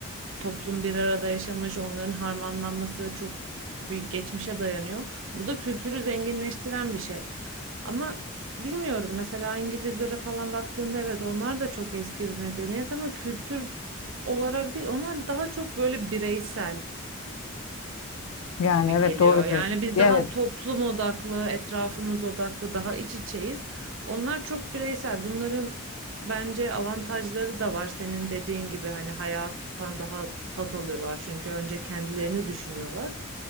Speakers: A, on the right; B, on the left.
A: toplum bir arada yaşamış onların harmanlanması çok büyük geçmişe dayanıyor. Bu da kültürü zenginleştiren bir şey. Ama bilmiyorum mesela İngilizlere falan baktığında evet onlar da çok eski bir medeniyet ama kültür olarak değil onlar daha çok böyle bireysel
B: Yani
A: gibi
B: evet
A: geliyor.
B: doğrudur.
A: Yani biz
B: Evet.
A: daha toplum odaklı, etrafımız odaklı, daha iç içeyiz. Onlar çok bireysel. Bunların bence avantajları da var. Senin dediğin gibi hani hayattan daha tat alıyorlar çünkü önce kendilerini düşünüyorlar.